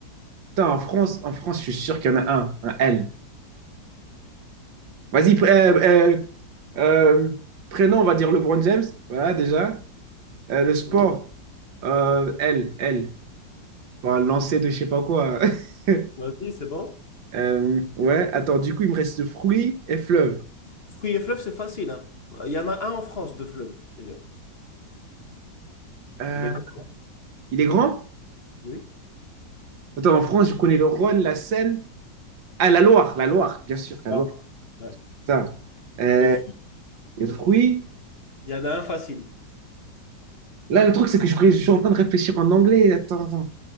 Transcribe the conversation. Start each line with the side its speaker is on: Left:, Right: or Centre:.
Right: Putain, en France, en France, je suis sûr qu'il y en a un, un L. Vas-y, pr- euh, euh, euh, prénom, on va dire LeBron James. Voilà, déjà. Euh, le sport,
Left: Hum.
Right: euh, L, L. pour un lancer de je sais pas quoi. <laughs>
Left: Vas-y, c'est bon.
Right: Euh, ouais, attends, du coup, il me reste fruits et fleuves.
Left: Fruits et fleuves, c'est facile, hein. Il y en a un en France de fleuve, déjà.
Right: Euh,
Left: Il est grand.
Right: il est grand?
Left: Oui.
Right: Attends, en France, je connais le Rhône, la Seine. Ah, la Loire, la Loire, bien sûr,
Left: Ouais.
Right: la Loire.
Left: Ouais.
Right: Putain. Euh,
Left: Les fruits,
Right: les fruits.
Left: il y en a un facile.
Right: Là, le truc, c'est que je, je suis en train de réfléchir en anglais. Attends, attends.